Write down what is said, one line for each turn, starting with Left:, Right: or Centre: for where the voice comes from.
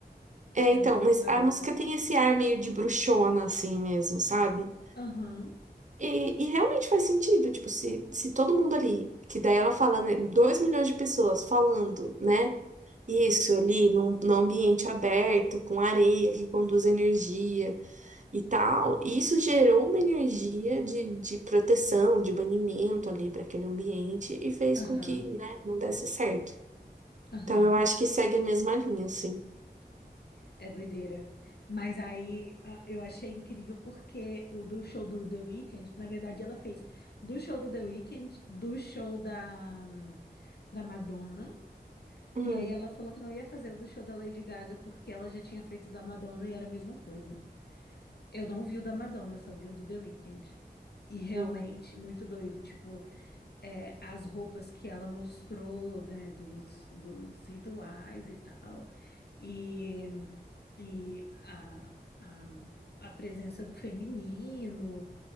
Right: é
Left: Eu
Right: então,
Left: não tô
Right: mas
Left: sabendo.
Right: a música tem esse ar meio de bruxona, assim mesmo, sabe?
Left: Aham,
Right: E, e realmente faz sentido, tipo, se, se todo mundo ali, que daí ela fala, né, 2 milhões de pessoas falando, né, isso ali num, num ambiente aberto, com areia que conduz energia. e tal. E isso gerou uma energia de, de proteção, de banimento ali para aquele ambiente e fez
Left: aham,
Right: com que, né, não desse certo.
Left: aham.
Right: Então eu acho que segue a mesma linha, assim.
Left: É doideira. Mas aí a- eu achei incrível porque o do show do The Weeknd, na verdade ela fez do show do The Weeknd, do show da, da Madonna.
Right: Hum,
Left: E aí ela falou que não ia fazer o do show da Lady Gaga porque ela já tinha feito o da Madonna e era a mesma coisa. Eu não vi o da Madonna, eu só vi o do The Weeknd. E realmente,
Right: hum,
Left: muito doido. Tipo, é, as roupas que ela mostrou, né, dos, dos rituais e tal. E, e a, a, a presença do feminino.